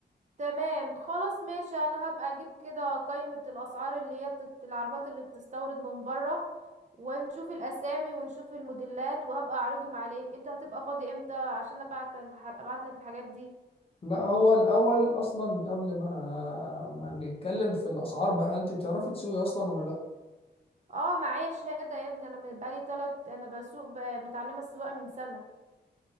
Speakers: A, on the right; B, on the left.
A: تمام خلاص ماشي انا هبقى اجيب كده قائمة الاسعار اللي هي بتت... العربيات اللي بتستورد من بره ونشوف الاسامي ونشوف الموديلات وهبقى اعرضهم عليك انت هتبقى فاضي امتى عشان ابعت الح... ابعت لك الحاجات دي
B: لا هو الاول اصلا قبل ما ما نتكلم في الاسعار بقى انت بتعرفي تسوقي اصلا ولا لا
A: اه معايا شهادة يا ابني انا من- بقالي تلت انا بسوق ب... متعلمة السواقة من سنة